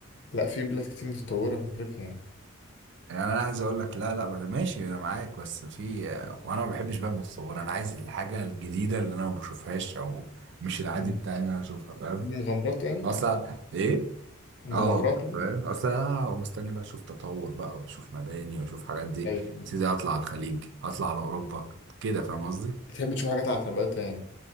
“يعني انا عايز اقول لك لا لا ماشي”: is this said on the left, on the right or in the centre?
Right